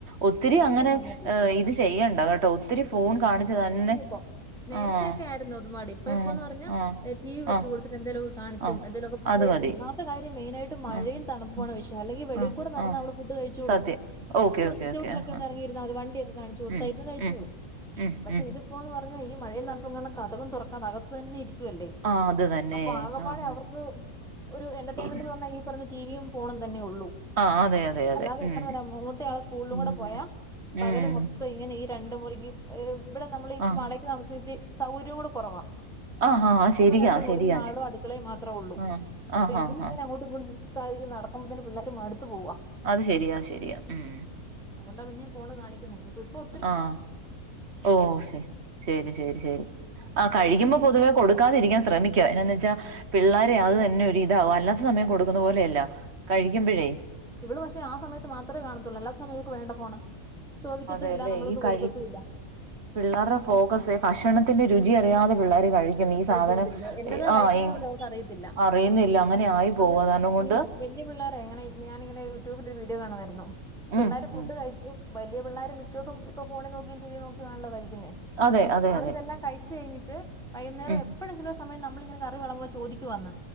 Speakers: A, on the right; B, in the centre.
A: ഒത്തിരി അങ്ങനെ
B: ചെയ്യണം നോക്കിയിരിക്കുന്നു
A: ഇത് ചെയ്യണ്ട കെട്ടോ ഒത്തിരി ഫോൺ കാണിച്ച് തന്നെ
B: പ്പോ നേരത്തെക്കെ
A: ആഹ്
B: ആയിരുന്നു അത് മടി
A: ആഹ്
B: ഇപ്പോന്ന് പറഞ്ഞാ
A: ആഹ്
B: ടി വി വെച്ച്
A: ആഹ്
B: കൊടുത്തിട്ട് എന്തേലൊക്കെ കാണിച്ചും
A: ആഹ്
B: എന്തേലൊക്കെ <unintelligible>
A: അത് മതി
B: ഒന്നാമത്തെ കാര്യം മെയ്നായിട്ട് മഴയും
A: ആഹ്
B: തണുപ്പാണ്‌
A: ആഹ്
B: വിഷയം അല്ലെങ്കിൽ വെളീൽ
A: ആഹ്
B: കൂടെ നടന്ന
A: ആഹ്
B: അവള് ഫുഡ് കഴിച്ചോളും
A: സത്യം ഓക്കെ
B: നമ്മള്
A: ഓക്കെ
B: സിറ്റൗട്ടിലൊക്കെ
A: ഓക്കെ ആഹ്
B: ഒന്ന്
A: ആഹ്
B: ഇറങ്ങിയിരാൽമതി വണ്ടിയൊക്കെ കാണിച്ച് കൊടുത്തായിരുന്നുന്ന്
A: ഉം
B: കഴിച്ചോളും
A: ഉം ഉം
B: പക്ഷെ
A: ഉം
B: ഇതിപ്പോന്ന് പറഞ്ഞാ ഈ മഴയും തണുപ്പും കാരണം കതകും തുറക്കാതെ അകത് തന്നെ ഇരി തു അല്ലെ.
A: ആഹ് അത് തന്നെ
B: അപ്പോ ആകപ്പാടെ
A: ആഹ്
B: അവർക്ക് ഒരു എന്റർടൈമെന്റ്
A: ആഹ്
B: എന്ന് പറഞ്ഞ ഇ പറഞ്ഞ ടി വി യും ഫോണും തന്നെ ഉള്ളൂ.
A: ആഹ് അതെ അതെ അതെ
B: അല്ലാതെ
A: ഉം
B: ഇത്ര നേരം മൂത്തയാള് സ്കൂളിലും
A: ഉം
B: കൂടെ പോയ
A: ഉം
B: പകല് മൊത്തം ഇങ്ങനെ ഈ രണ്ടു മുറിക്ക് ഇവിടെ നമ്മള് ഇപ്പ
A: ആഹ്
B: വാടകക്ക് താമസിച്ച് സൗകര്യം കൂടെ കുറവാ.
A: ആഹ് ആഹ് ശരിയാ
B: അപ്പ രണ്ട് മുറിം
A: ശരിയാ
B: ഹാളും അടുക്കളെയും മാത്രേ ഉള്ളൂ.
A: ആഹ്
B: അപ്പോ
A: ആഹ്
B: ഇതില്
A: ആഹ്
B: ഇങ്ങനെ
A: ആഹ്
B: അങ്ങോട്ടും ഇങ്ങോട്ടും <unintelligible> നടക്കുമ്പോഴത്തിന് പിള്ളേർക്ക് മടുത്തു പോവാ
A: അത് ശരിയാ ശരിയാ ഉം
B: അതോണ്ട പിന്നീം ഫോണ് കാണി ക്കുന്നെ നിപ്പൊപ്പൊ
A: ആഹ് ഓ ശെ ശരി ശരി ശരി ആഹ് കഴിക്കുമ്പോ
B: എടക്ക്
A: പൊതുവെ കൊടുക്കാതിരിക്കൻ ശ്രമിക്ക എന്നനാന്ന് വെച്ചാ
B: ഉം
A: പിള്ളേര് തെ അത് തന്നെ ഒരുരിതാവും അല്ലാത്ത സമയം കൊടുക്കുന്ന പോലെയല്ല കഴിക്കുമ്പഴേ
B: ഉം ഇവള് പക്ഷെ ആ സമയത്ത് മാത്ര കാണത്തുള്ളൂ അല്ലാത്ത സമയം ഇവൾക്ക് വേണ്ട ഫോണ് ചോദിക്കത്തുല്ല
A: അതെല്ലേ
B: നമ്മളൊട്ട്
A: ഈ കഴി
B: കൊടുക്കത്തുല്ല
A: പിള്ളേരുടെ ഫോക്കസേ ഭക്ഷണത്തിന്റെ രുചി അറിയാതെ പിള്ളോര് കഴിച്ചു ഈ
B: കഴിച്ചോണ്ടിരിക്കും
A: സാധനം
B: എന്നതാ
A: ആഹ്
B: കഴിക്കുന്നത്
A: ഈ
B: പോലും അവർക്ക് അറിയത്തില്ല
A: അറിയുന്നില്ല അങ്ങനെ ആയി പോവും
B: അത്
A: കാരണം കൊണ്ട്
B: ഈ വല്ല്യ പിള്ളോര ഇങ്ങനെ ഞാനിങ്ങനെ യൂട്യൂബില് ഒരു വീഡിയോ കാണുവായിരുന്നു പിള്ളേര്
A: ഉം
B: ഫുഡ്
A: ഉം
B: കഴി വലിയ പിള്ളേര് മിക്കതും ഇപ്പൊ ഫോണി നോക്കിം ടി വി നോക്കി ആണല്ലോ കഴിക്കുന്നേ
A: അതെ അതെ
B: അവരിതെല്ലാം
A: അതെ
B: കഴിച്ച് കഴിഞ്ഞിട്ട് വൈകുന്നേരം
A: ഉം
B: എപ്പോഴെങ്കിലോ സമയം നമ്മളിങ്ങനെ കറി വിളമ്പ്പോൾ ചോദിക്കുവാന്ന്